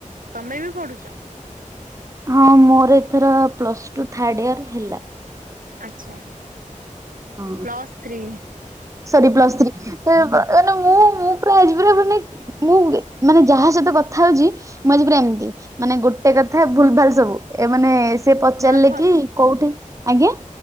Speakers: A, on the right; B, on the right.
A: ତମେ ବି ପଢୁଚ?
B: ହଁ ମୋର ଏଥର ପ୍ଲସ୍ ଟୁ ଥାର୍ଡ ଇୟର ହେଲା।
A: ଆଚ୍ଛା।
B: ହଁ
A: plus three
B: sorry plus three ମାନେ ମୁଁ ମୁଁ ପୁରା ଆଜି ପୁରା ମାନେ ମୁଁ ମାନେ ଯାହା ସହିତ କଥା ହଉଛି ମୁଁ ଆଜି ପୁରା ଏମିତି ମାନେ ଗୋଟେ ଗୋଟେ କଥା ଭୁଲ ଭାଲ ସବୁ ଏ ମାନେ ସେ ପଚାରିଲେ
A: ନର୍ଭସ
B: କି କୋଉଠି ଆଜ୍ଞା?